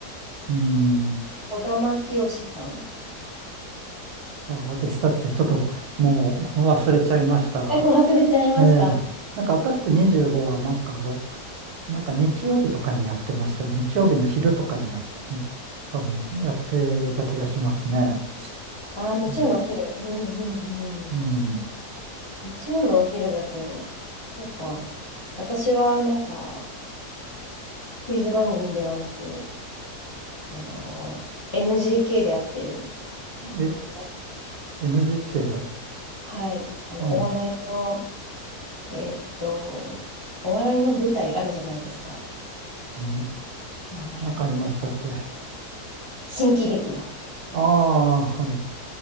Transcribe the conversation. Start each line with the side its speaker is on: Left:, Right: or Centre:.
Right: うん。
Left: 児玉清さん。
Right: ああ、でしたっけちょっともう忘れちゃいましたが。
Left: <laughs> え忘れちゃいました。
Right: ええ。なんかアタック25はなんか、なんか日曜日とかにやってましたよ。日曜日の昼とかにやって、あの、やってた気がしますね。
Left: あー、日曜のお昼。
Right: うん。
Left: うんうんうん。
Right: うん
Left: 日曜のお昼だと、そうか。私はなんか、クイズ番組ではなく、あのー NGK でやってる、
Right: え、
Left: なんですっけ。
Right: NGK?
Left: はい。あの、
Right: うん。
Left: お笑いの、えーっと、お笑いの舞台あるじゃないですか。
Right: うん
Left: 名前が出て、
Right: なんかありましたっけあ
Left: 新喜劇だ。
Right: あ、はい。